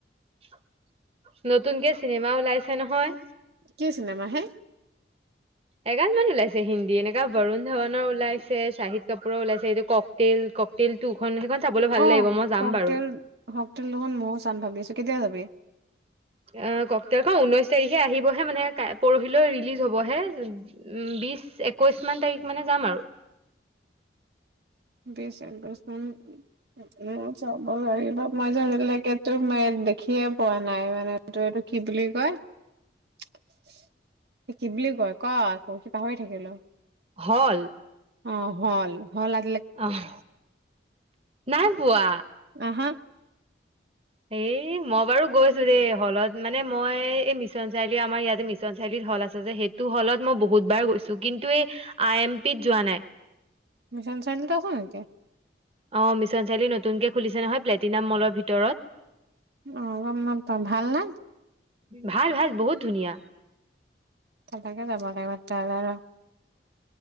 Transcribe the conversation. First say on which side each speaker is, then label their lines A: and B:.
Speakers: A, on the right; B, on the right.
A: <unintelligible> নতুনকে চিনেমা ওলাইছে নহয়।
B: কি চিনেমা হে
A: এগান মান ওলাইছে, হিন্দী এনেকা বৰুণ ধাৱাননৰ ওলাইছে, শাহিদ কাপুৰৰ ওলাইছে এইটো ককটেল ককটেল টোখন সেইখন। চাবলৈ ভাল
B: অ
A: লাগিব মই যাম
B: কক
A: বাৰু
B: তেল কক তেল দুখোন ময়ো চাম ভাবি আছো কেতিয়া যাবি।
A: আহ ককতেল খন ঊনৈশ তাৰিখে আহিবহে মানে পৰহিলৈ ৰিলিজ হবহে উ বিশ একৈশ মান তাৰিখ মানে যাম আৰু।
B: বিছ একৈছ মান। উম চাব লাগিব মজাৰ লাগিব। এইবিলাকে তোৰ মই দেখিয়ে পোৱা নাই। মানে তোৰ এইটো কি বুলি কয় মুমহ কি বুলি কয় ক আকৌ কি পাহৰি থাকিলো।
A: হল।
B: অ হল হল আ।
A: অহ নাই পোৱা
B: আহা
A: এই। এ মই বাৰু গৈছো দেই। হলত মানে মই এই মিছন চাৰিআলি আমাৰ ইয়াতে মিছন চাৰিলিত মই বাৰু গৈছো দেই। হলত মানে মই এই মিছন চাৰিআলিত আমাৰ ইয়াতে মিছন চাৰিআলিত হল আছে যে সেইটো হলত মই বহুত বাৰ গৈছো কিন্তু এই আই এম পিত যোৱা নাই।
B: মিছন চাৰিআলিত আছে নেকি। তো।
A: অ মিছন চাৰিআিলিত নতুনকে খুলিছে নহয় প্লেটিনাম মলৰ ভিতৰত।
B: অ গম নাপাম ভাল না।
A: ভাল ভাল বহুত ধুনীয়া।
B: ত তাকে যাবা লাগিব চাই লও ৰ।